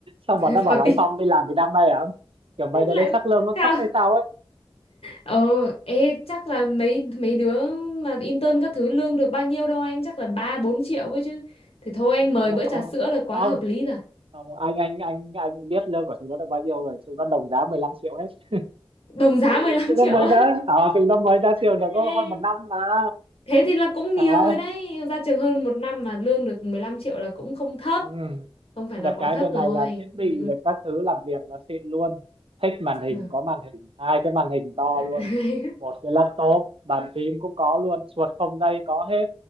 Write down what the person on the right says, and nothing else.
xong
bọn nó bảo
là
anh Phong đi làm từ năm nay à kiểu mày
đợt
đấy chắc lương nó
thấp hay sao ấy
chúng nó
không
cũng
không
không anh anh anh anh biết lương của chúng nó là bao nhiêu rồi chúng nó đồng giá 15 triệu hết
<laughs>
chúng
nó mới
ra à, chúng nó mới ra trường
được có
hơn một năm mà
Đấy,
Ừ.
Được
cái
bên
này là thiết bị
và các thứ làm việc là xịn luôn. Thích màn hình
có màn hình, hai cái màn hình to
luôn. Một cái laptop, bàn phím cũng có luôn, chuột không dây có hết.